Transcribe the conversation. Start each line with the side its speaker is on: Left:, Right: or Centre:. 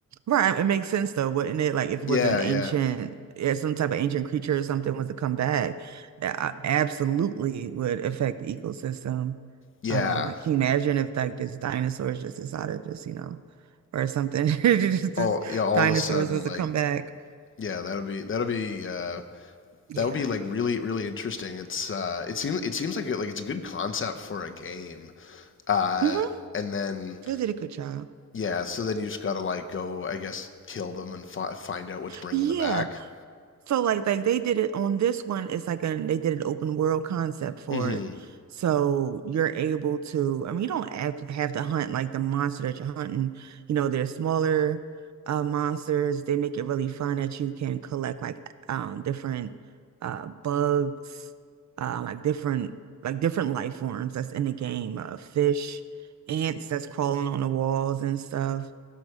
Right: Right, it makes sense though, wouldn't it? Like if it
Left: Yeah,
Right: was an ancient,
Left: yeah.
Right: if some type of ancient creature or something was to come back, that absolutely would affect the ecosystem.
Left: Yeah.
Right: Um, like can you imagine if like this dinosaurs just decided just, you know, or something, <laughs> just, just
Left: All yeah, all
Right: dinosaurs
Left: of a sudden
Right: was to
Left: like
Right: come back.
Left: yeah, that'll be that'll be uh
Right: Yeah.
Left: That would be like really really interesting. It's uh it seems it seems like it, like it's a good concept for a game. Uh
Right: Mm-hmm.
Left: and then
Right: They did a good job.
Left: yeah, so then you just got to like go I guess kill them and fi- find out what's bringing
Right: Yeah.
Left: them back.
Right: So like like they did it on this one, it's like an they did an open world concept for
Left: Mhm.
Right: it. So you're able to, I mean, you don't have, have to hunt like the monster that you're hunting. You know, there's smaller uh monsters. They make it really fun that you can collect like um different uh bugs, uh like different like different life forms that's in the game. Uh fish, ants that's crawling on the walls and stuff.